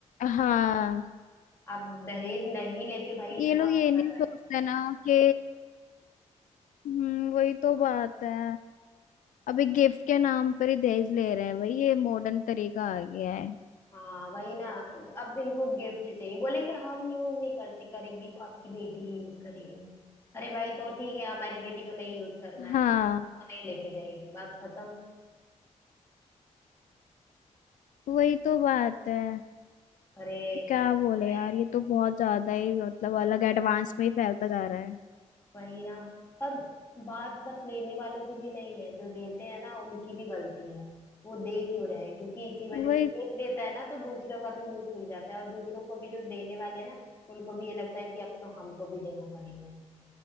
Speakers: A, on the left (about 85°); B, on the left (about 20°).
A: हाँ
B: आप दहेज नहीं लेके भाई
A: ये
B: इतना
A: लोग
B: आप
A: ये नहीं
B: कर रहे
A: सोचते
B: हैं
A: ना कि हम्म वही तो बात है अभी गिफ्ट के नाम पर ही दहेज ले रहे हैं भाई ये मॉडर्न तरीका आ गया है
B: हाँ वही ना अब इनको गिफ्ट चाहिए बोलेंगे हम यूज नहीं करते करेगी तो आपकी बेटी ही यूज करेगी अरे भाई तो ठीक है हमारी बेटी को नहीं यूज करना
A: हाँ
B: है वो नहीं लेके जाएगी बात खत्म
A: वही तो बात है
B: अरे
A: क्या
B: पता नहीं
A: बोले
B: जाएगी
A: यार ये तो बहुत ज्यादा ही मतलब अलग एडवांस में ही फैलता जा रहा है
B: वही ना और बात बस लेने वालों की भी नहीं है जो देते हैं ना उनकी भी गलती है वो दे क्यों रहे हैं क्योंकि इसी
A: वही
B: वजह से एक देता है ना तो दूसरों का भी मुंह खुल जाता है और दूसरों को भी जो देने वाले हैं ना उनको भी ये लगता है कि अब तो हमको भी देना पड़ेगा